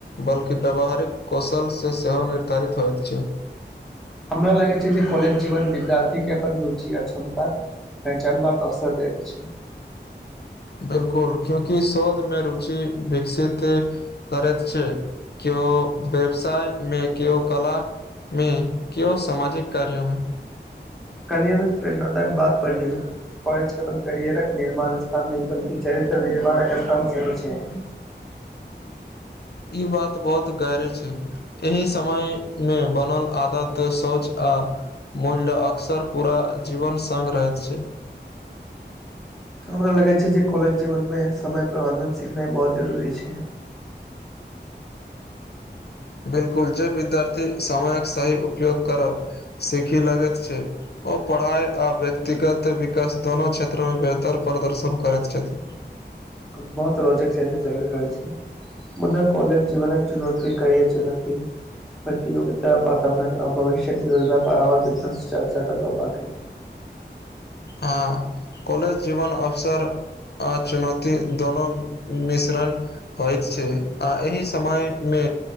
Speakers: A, on the left (about 65°); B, in the centre.
A: बल्कि व्यावहारिक कौशलसँ सेहो निर्धारित होइत छै।
B: हमरा लगै छै जे काँलज जीवन विद्यार्थी के अपन रुचि आ क्षमता पहिचानबाक अवसर दैत अछि।
A: बिलकुल, कियाकि शोधमे रुचि विकसित करैत छै। केओ व्यवसाय मे केयो कला मे केओ सामाजिक कार्योमे
B: कल्ही हमहू प्रेरणादायक बात पढ़लीहू। कॉलेज केल करियरक निर्माण स्थान नहि बलकी चरित्र निर्माणक स्थान सेहो छै।
A: ई बात बहुत गहर छै। एहि समय मे बनल आदत शौच आ मुल्य अक्सर पूरा जीवन संग रहैत छै।
B: हमरा लगै छै जे कॉलेज जीवनमे समय प्रबन्धन सिखनाइ बहुत जरूरी छै।
A: बिलकुल जे विद्यार्थी समयक सही उपोग करब सीखी लगैत छै। ओ पढ़ाइ आ व्यक्तिगत विकास दोनो क्षेत्रमे बेहतर प्रदर्शन करैत छैथ।
B: बहुत रोचक सेस चलि रहल छै। मुदा कॉलज जीवनक चुनौती करियर चुनौती प्रतियोगितता वातावरण आ भविष्यक योजना पर आर विस्तार स चर्चा करब बाकी छै।
A: हँ कॉलेज जीवन अवसर आ चुनौती दोनो मिश्रण होइत छै आ एहि समयमे